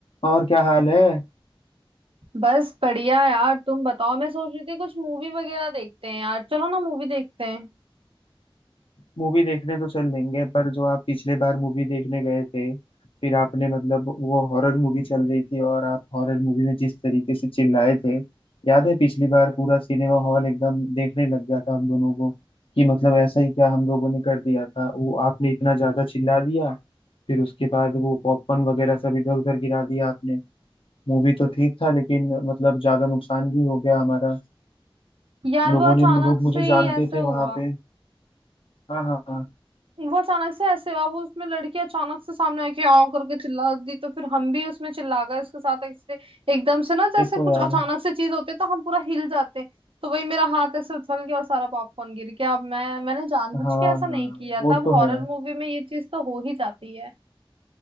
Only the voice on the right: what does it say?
बस बढ़िया यार तुम बताओ मैं सोच रही थी कुछ मूवी वगैरह देखते हैं यार चलो ना मूवी देखते हैं
यार
वो अचानक
से
ही ऐसे
हुआ
वो अचानक से ऐसे हुआ वो उसमें लड़की अचानक से सामने आके आव करके चिल्ला दी तो फिर हम भी उसमें चिल्ला गए उसके साथ ऐसे एकदम से ना जैसे
कुछ
अचानक से चीज होती है तो हम पूरा हिल जाते हैं तो वही मेरा हाथ ऐसे उछल गया और सारा पॉपकॉर्न गिर गया अब मैं मैंने जानबूझ
के ऐसा नहीं
किया
था अब
हॉरर
मूवी में ये चीज तो हो ही जाती है